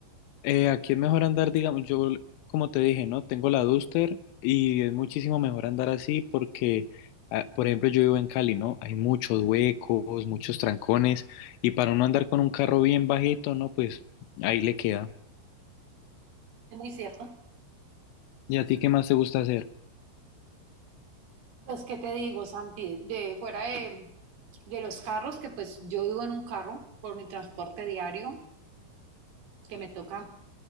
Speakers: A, on the left; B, on the right.
A: eh, aquí es mejor andar, digamos, yo, como te dije, ¿no? Tengo la Duster y es muchísimo mejor andar así porque, ah, por ejemplo, yo vivo en Cali, ¿no? Hay muchos huecos, muchos trancones y para uno andar con un carro bien bajito, ¿no? Pues ahí le queda.
B: Es muy cierto.
A: ¿Y a ti qué más te gusta hacer?
B: Pues, ¿qué te digo, Santi? De fuera de, de los carros, que pues yo vivo en un carro por mi transporte diario, que me toca